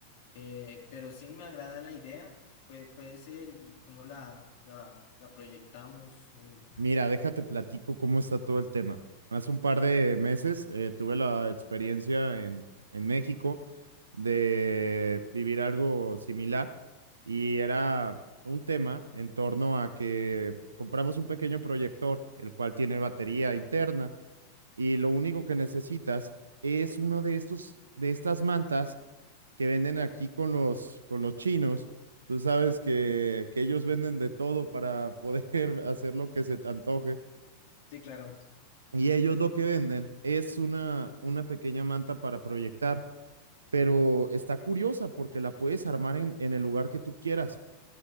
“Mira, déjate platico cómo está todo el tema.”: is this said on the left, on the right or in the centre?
Right